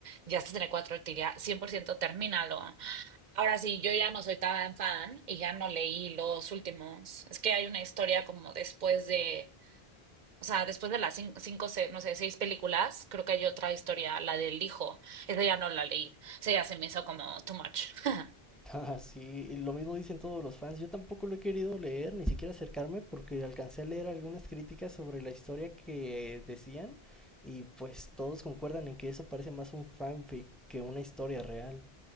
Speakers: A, on the right (about 50°); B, in the centre.
A: ya estás en el 4, te diría 100% termínalo. Ahora sí, yo ya no soy tan fan y ya no leí los últimos. Es que hay una historia como después de o sea, después de las cinco, cinco, se- no sé, seis películas, creo que hay otra historia, la del hijo. Esa ya no la leí. Esa ya se me hizo como too much. <laughs>
B: <laughs> Ah, sí, y lo mismo dicen todos los fans. Yo tampoco lo he querido leer, ni siquiera acercarme, porque alcancé a leer algunas críticas sobre la historia que decían, y pues todos concuerdan en que eso parece más un fanfic que una historia real.